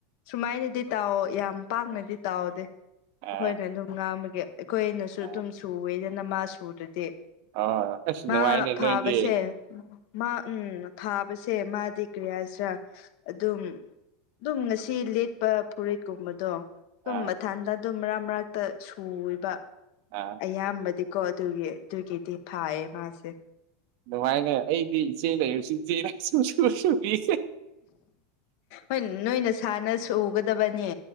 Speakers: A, on the left; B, on the right.
A: ꯁꯨꯃꯥꯏꯅꯗꯤ ꯇꯧꯋꯣ ꯌꯥꯝ ꯄꯥꯛꯅꯗꯤ ꯇꯧꯗꯦ ꯑꯩꯈꯣꯏꯅ
B: ꯑ
A: ꯑꯗꯨꯝ ꯉꯥꯡꯕꯒꯤ ꯑꯩꯈꯣꯏꯅꯁꯨ
B: ꯑ
A: ꯑꯗꯨꯝ ꯁꯨꯋꯦꯗꯅ ꯃꯥ ꯁꯨꯗꯗꯤ
B: ꯑꯣ ꯑꯁ
A: ꯃꯥ
B: ꯅꯨꯡꯉꯥꯏꯅꯦ
A: ꯐꯥꯕꯁꯦ
B: ꯅꯣꯏꯗꯤ
A: ꯃꯥ ꯎꯝ ꯊꯥꯕꯁꯦ ꯃꯥꯗꯤ ꯀꯔꯤ ꯍꯥꯏꯁꯔꯥ ꯑꯗꯨꯝ ꯑꯗꯨꯝ ꯉꯁꯤ ꯂꯦꯠꯄ ꯐꯨꯔꯤꯠꯀꯨꯝꯕꯗꯣ ꯑꯗꯨꯝ
B: ꯑꯥ
A: ꯃꯊꯥꯟꯗ ꯑꯗꯨꯝ ꯃꯔꯛ ꯃꯔꯛꯇ ꯁꯨꯑꯦꯕ
B: ꯑꯥ
A: ꯌꯥꯝꯕꯗꯤꯀꯣ ꯑꯗꯨꯒꯤ ꯑꯗꯨꯒꯤꯗꯤ ꯐꯥꯏꯌꯦ ꯃꯥꯁꯦ
B: ꯅꯨꯡꯉꯥꯏꯅꯦ ꯑꯩꯗꯤ ꯏꯆꯦ ꯂꯩꯔꯨꯁꯨ ꯏꯆꯦꯅ ꯁꯨꯡꯁꯨ ꯁꯨꯕꯤꯁꯦ
A: ꯍꯣꯏ ꯅꯣꯏꯅ ꯁꯥꯥꯟꯅ ꯁꯨꯒꯗꯕꯅꯦ